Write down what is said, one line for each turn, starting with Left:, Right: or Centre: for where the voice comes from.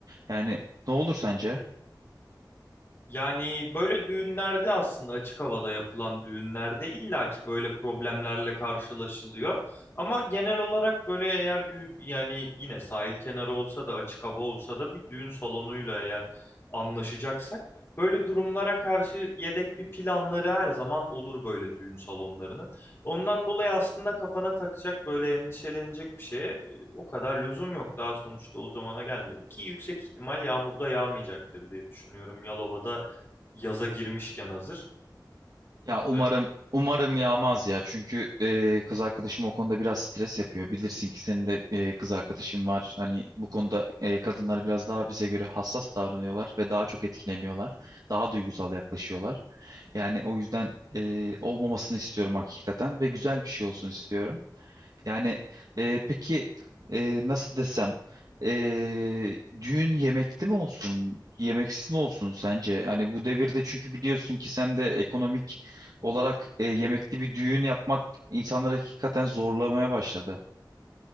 Right: Yani ne olur sence?
Left: Yani böyle düğünlerde aslında açık havada yapılan düğünlerde illaki böyle problemlerle karşılaşılıyor. Ama genel olarak böyle eğer düğün yani yine sahil kenarı olsa da açık hava olsa da bir düğün salonuyla eğer anlaşacaksak böyle durumlara karşı yedek bir planları her zaman olur böyle düğün salonlarının. Ondan dolayı aslında kafana takacak böyle endişelenecek bir şey o kadar lüzum yok daha sonuçta o zamana gelmedik ki yüksek ihtimal yağmurda yağmayacaktır diye düşünüyorum. Yalova'da yaza girmişken hazır.
Right: Ya umarım
Left: Evet.
Right: umarım yağmaz ya. Çünkü e, kız arkadaşım o konuda biraz stres yapıyor. Bilirsin ki senin de e, kız arkadaşın var. Hani bu konuda e, kadınlar biraz daha bize göre hassas davranıyorlar ve daha çok etkileniyorlar. Daha duygusal yaklaşıyorlar. Yani o yüzden e, olmamasını istiyorum hakikaten ve güzel bir şey olsun istiyorum. Yani e, peki e, nasıl desem e, düğün yemekli mi olsun yemeksiz mi olsun sence? Hani bu devirde çünkü biliyorsun ki sen de ekonomik olarak e, yemekli bir düğün yapmak insanları hakikaten zorlamaya başladı.